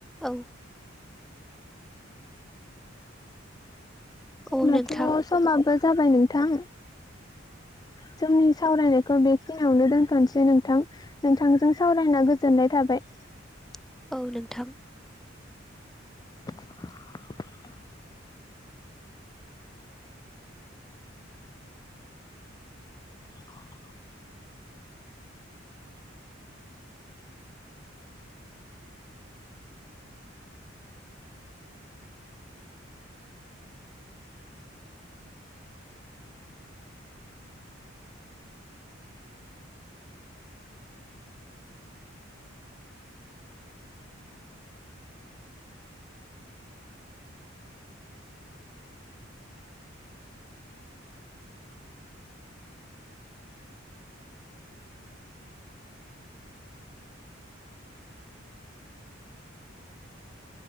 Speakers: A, in the centre; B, on the left (about 20°).
A: औ
B: जोंनाथ'
A: औ नोंथां
B: समाबो जाबाय नोंथां।
A: <inaudible>
B: जोंनि सावरायनायखौ बेखिनियावनो दोनथ'नोसै नोंथां नोंथांजों सावरायना गोजोननाय थाबाय।
A: <inaudible> औ नोंथां
B: <inaudible> <inaudible>